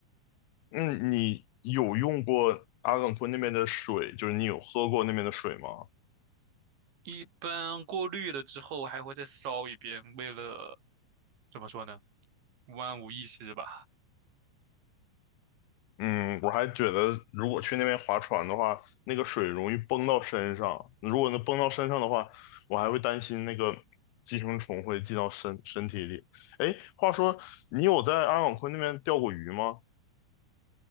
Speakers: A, on the left (about 80°); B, on the right (about 70°).
A: 嗯，你有用过阿勒冈昆那边的水，就是你有喝过那边的水吗？
B: 一般过滤了之后还会再烧一遍，为了怎么说呢，万无一失吧。
A: 嗯，我还觉得如果去那边划船的话，那个水容易崩到身上。如果能崩到身上的话，我还会担心那个寄生虫会进到身身体里。哎，话说你有在阿勒冈昆那边钓过鱼吗？